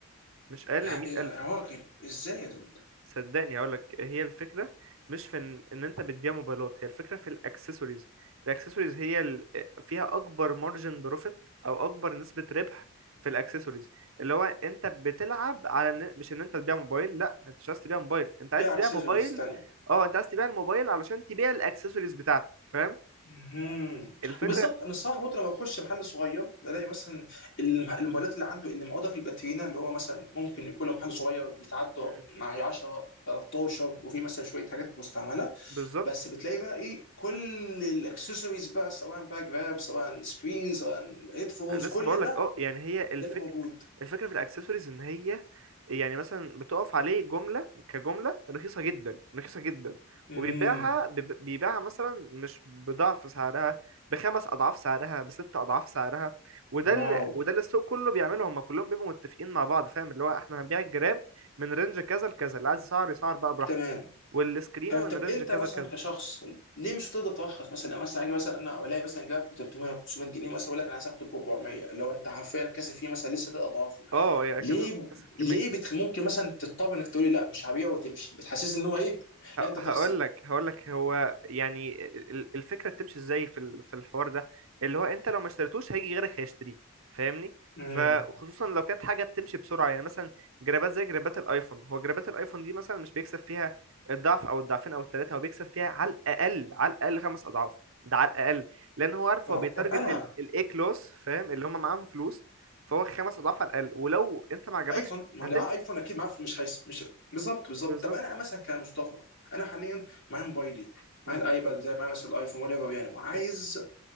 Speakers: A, on the right; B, on the left.
A: مش أقل
B: يا
A: من مية
B: يا
A: ألف
B: راجل ازاي يا دود
A: صدقني هقولك هي الفكرة مش في إن, إن أنت بتبيع موبايلات هي الفكرة في الأكسسوارز الأكسسوارز هي ال... فيها أكبر مارجن بروفيت أو أكبر نسبة ربح في الأكسسوارز اللي هو أنت بتلعب على إن... مش إن أنت تبيع موبايل لأ أنت مش عايز تبيع موبايل أنت عايز
B: ايه
A: تبيع
B: اكسسوارز
A: موبايل
B: تانية
A: أه أنت عايز تبيع الموبايل علشان تبيع الأكسسوارز بتاعته فاهم
B: مهم.
A: الفكرة
B: بالظبط انا الصراحه برضه لما بخش محل صغير بلاقي مثلا الم- الموبايلات اللي عنده اللي معوضه في الباترينا اللي هو مثلا ممكن يكون له محل صغير بيتعدى
A: مم.
B: مع 10 13 وفي مثلا شويه حاجات مستعمله
A: بالظبط
B: بس بتلاقي بقى ايه كل الاكسسوارز بقى سواء باك جراب سواء سكرين سواء هيدفونز
A: لسه
B: كل
A: بقول
B: ده
A: لك اه يعني هي الفكره
B: ده اللي موجود
A: الفكره في الاكسسوارز ان هي يعني مثلا بتقف عليه جمله كجمله رخيصه جدا رخيصه جدا
B: امم
A: وبيبيعها بيب- بيبيعها مثلا مش بضعف سعرها بخمس اضعاف سعرها بست اضعاف سعرها وده
B: واو
A: اللي وده اللي السوق كله بيعمله هم كلهم بيبقوا متفقين مع بعض فاهم اللي هو احنا هنبيع الجراب من رينج كذا لكذا اللي عايز يسعر يسعر بقى براحته
B: تمام
A: والسكرينه
B: تمام
A: من
B: طب
A: رينج
B: انت
A: كذا
B: مثلا
A: لكذا
B: كشخص ليه مش هتقدر ترخص مثلا لو مثلا اجي مثلا انا الاقي مثلا جراب ب 300 500 جنيه مثلا اقول لك انا عايز اخده ب 400 لو انت حرفيا كاسب فيه مثلا لسه ثلاث اضعافه
A: اه يعني
B: ليه
A: كسب كسب كميه
B: ليه بت... ممكن مثلا تضطر انك تقولي لا مش هبيعه وتمشي بتحسسني ان هو ايه لا انت تخسر
A: هقول لك هقول لك هو يعني ال- الفكره بتمشي ازاي في ال- في الحوار ده اللي هو انت لو ما اشتريتوش هيجي غيرك هيشتريه فاهمني
B: امم
A: فخصوصا لو كانت حاجه بتمشي بسرعه يعني مثلا جرابات زي جرابات الايفون هو جرابات الايفون دي مثلا مش بيكسب فيها الضعف او الضعفين او الثلاثه هو بيكسب فيها على الاقل على الاقل خمس اضعاف ده على الاقل لان هو عارف
B: واو.
A: هو بيتارجت
B: طب انا
A: الاي كلاس فاهم اللي هم معاهم فلوس فهو خمس اضعاف على الاقل ولو انت ما عجبكش
B: ايفون ما
A: هتمشي
B: هو اللي معاه ايفون اكيد معاه مش هيس مش بالظبط بالظبط
A: بالظبط
B: طب انا مثلا كمصطفى انا حاليا معايا موبايلي
A: م-
B: معايا الايباد بتاعي معايا مثلا الايفون وات ايفر يعني وعايز
A: م.